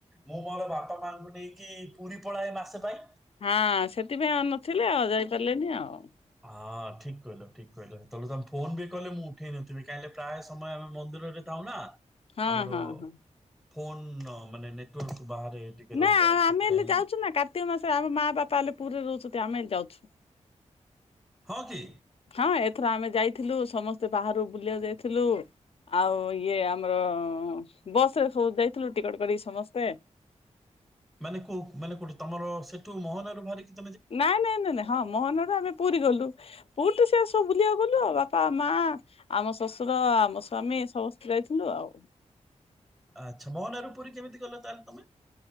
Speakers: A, in the centre; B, on the left (about 50°).
A: ମୁଁ ମୋର ବାପା ମାଙ୍କୁ ନେଇକି ପୁରୀ ପଳାଏ ମାସେ ପାଇଁ।
B: ହଁ ସେଥିପାଇଁ ଆଉ ନଥିଲେ ଯାଇପାରିଲେନି ଆଉ।
A: ହଁ ଠିକ୍ କହିଲ, ଠିକ୍ କହିଲ, ତମେ ଫୋନ ବି କଲେ ମୁଁ ଉଠେଇ ନଥିଲି, କାହିଁ ନା ପ୍ରାୟ ସମୟ ଆମେ ମନ୍ଦିରରେ ଥାଉ ନା
B: ହଁ
A: ଆମର
B: ହଁ ହଁ
A: ଫୋନ ମାନେ ନେଟ୍ ଔର୍ ବାହାରେ ଟିକେ ରହିଯାଏ
B: ନା
A: ସେଥିପାଇଁ
B: ଆମେ ହେଲେ ଯାଉଚୁ ନା କାର୍ତିକ ମାସରେ ଆମ ମା ବାପା ହେଲେ ପୁରୀରେ ରହୁଚନ୍ତି ଆମେ ହେଲେ ଯାଉଚୁ।
A: ହଁ କି?
B: ହଁ ଏଥର ଆମେ ଯାଇଥିଲୁ ସମସ୍ତେ ବାହାରୁ ବୁଲିଆକୁ ଯାଇଥିଲୁ। ଆଉ ଇଏ ଆମର ବସ୍ ରେ ସବୁ ଯାଇଥିଲୁ ଟିକେଟ୍ କରିକି ସମସ୍ତେ।
A: ମାନେ କୋଉ ମାନେ କୋଉଠି ତମର ସେଠୁ ମୋହନାରୁ ଧରିକି
B: ନାଇଁ, ନାଇଁ ନା, ନା। ହଁ ମୋହନ ରୁ ଆମେ ପୁରୀ ଗଲୁ ପୁରୀରେ ସେ ସବୁ ବୁଲିଆକୁ ଗଲୁ ଆଉ ବାପା ମା ଆମ ଶଶୁ ର ଆମ ସ୍ୱାମି ସମସ୍ତେ ଯାଇଥିଲୁ ଆଉ।
A: ଆଚ୍ଛା ମୋହନାରୁ ପୁରୀ କେମିତି ଗଲ ତାହାଲେ ତମେ?